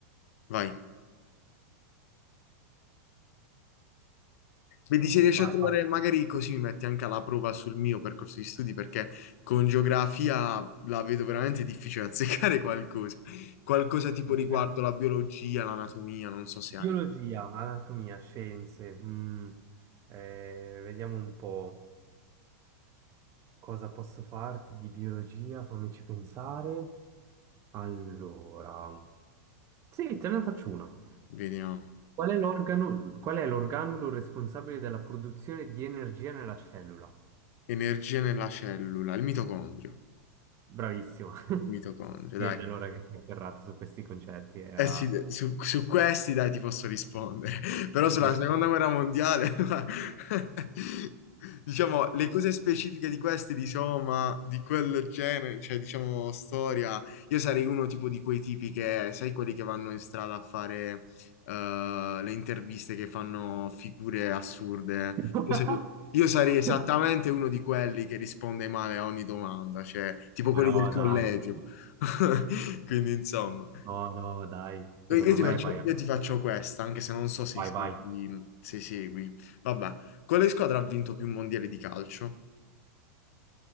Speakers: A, on the left; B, on the right.
A: Vai. Vedi se riesci
B: Vai.
A: a trovare,
B: vai.
A: magari così mi metti anche alla prova sul mio percorso di studi, perché con geografia la vedo veramente difficile <laughs> azzeccare qualcosa. Qualcosa tipo riguardo
B: Bi-
A: la biologia, l'anatomia, non so se
B: Biologia,
A: hai.
B: anatomia, scienze. mm, eh, vediamo un po' cosa posso farti di biologia, fammici pensare. Allora, sì, te ne faccio una.
A: Vediamo.
B: Qual è l'organo, qual è l'organulo responsabile della produzione di energia nella cellura?
A: Energia nella cellula, il mitocondrio.
B: Bravissimo. <laughs>
A: Il mitocondrio,
B: Sì,
A: dai.
B: da allora che mi ho ferrato su questi concetti era...
A: Eh sì, de- su, su questi dai ti posso rispondere, <laughs> però sulla
B: Eh
A: seconda
B: sì.
A: guerra mondiale, <laughs> diciamo, le cose specifiche di questi, diciamo, ma di quel genere, cioè diciamo storia, io sarei uno tipo di quei tipi che, sai, quelli che vanno in strada a fare eh, le interviste che fanno figure assurde.
B: <laughs>
A: Io sarei, io sarei esattamente uno di quelli che risponde male a ogni domanda, cioè tipo
B: Ma
A: quelli
B: no,
A: del
B: dai.
A: collegio. <laughs> Quindi insomma.
B: No, no, dai. Secondo
A: Io io ti
B: me
A: faccio,
B: vai a...
A: io ti faccio questa, anche se non so se
B: Vai,
A: segui,
B: vai.
A: se segui. Vabbè, quale squadra ha vinto più mondiali di calcio,